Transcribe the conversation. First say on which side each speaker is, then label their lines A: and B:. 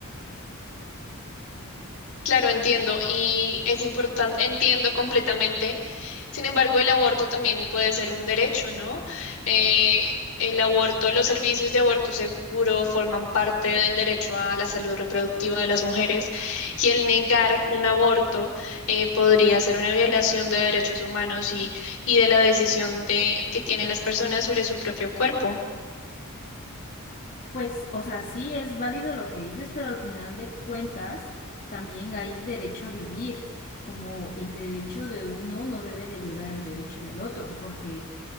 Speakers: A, on the left (about 70°); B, on the left (about 40°).
A: Claro, entiendo y es importante, entiendo completamente. Sin embargo, el aborto también puede ser un derecho, ¿no? Eh, el aborto, los servicios de aborto seguro forman parte del derecho a la salud reproductiva de las mujeres y el negar un aborto eh, podría ser una violación de derechos humanos y, y de la decisión de, que tienen las personas sobre su propio cuerpo.
B: Pues, o sea, sí es válido lo que dices, pero al final de cuentas también hay derecho a vivir, como el derecho de uno no debe de violar el derecho del otro, porque,